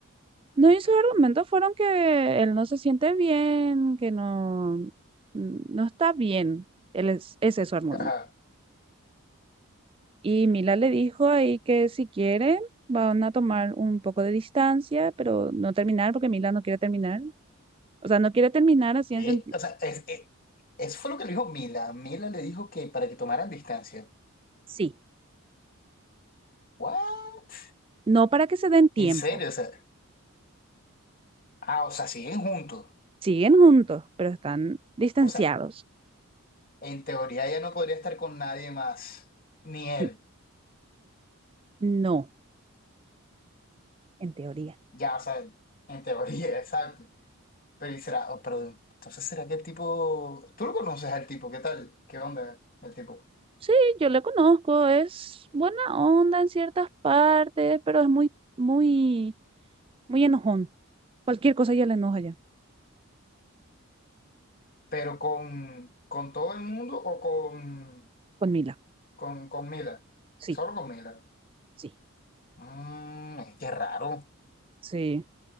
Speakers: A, on the right; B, on the left.
A: No, y sus argumentos fueron que él no se siente bien, que no, no está bien. Él es, ese es su argumento.
B: Ajá,
A: Y Mila le dijo ahí que si quiere, van a tomar un poco de distancia, pero no terminar, porque Mila no quiere terminar. O sea, no quiere terminar así
B: ¿Qué?
A: en sentido.
B: O sea, es, es- eso fue lo que le dijo Mila. Mila le dijo que para que tomaran distancia.
A: Sí,
B: ¿What?
A: no para que se den tiempo.
B: ¿En serio? O sea, ah, o sea, siguen juntos.
A: Siguen juntos, pero están distanciados.
B: O sea, en teoría ya no podría estar con nadie más, ni él.
A: N- No, en teoría.
B: Ya, o sea, en teoría, <laughs> exacto. Pero, y será, oh, pero entonces será que el tipo, tú lo conoces al tipo, ¿qué tal? ¿Qué onda el tipo?
A: Sí, yo le conozco, es buena onda en ciertas partes, pero es muy, muy, muy enojón. Cualquier cosa ya le enoja ya,
B: Pero con, con todo el mundo o con,
A: con Mila.
B: con, con Mila.
A: Sí,
B: Solo con Mila.
A: sí,
B: Mmm, qué raro.
A: sí,